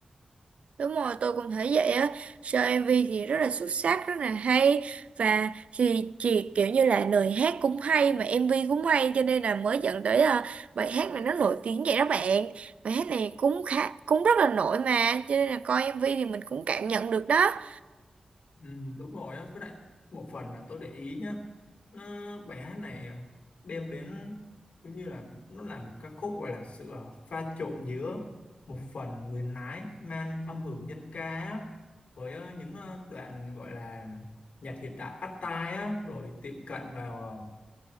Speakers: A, on the right; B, on the left.
A: Đúng rồi, tôi cũng thấy vậy á. Show MV thì rất là xuất sắc, rất là hay và thì chị kiểu như là lời hát cũng hay mà MV cũng hay cho nên là mới dẫn tới à, bài hát này nó nổi tiếng vậy đó bạn. Bài hát này cũng khá cũng rất là nổi mà cho nên là coi MV thì mình cũng cảm nhận được đó.
B: Ừ, đúng rồi á với lại một phần là tôi để ý nhá nó, bài hát này à, đem đến giống như là nó là một ca khúc gọi là sự à, pha trộn giữa một phần nguyên lái mang âm hưởng dân ca á, với à, những à, đoạn gọi là nhạc hiện đại bắt tai á rồi tiệm cận vào à,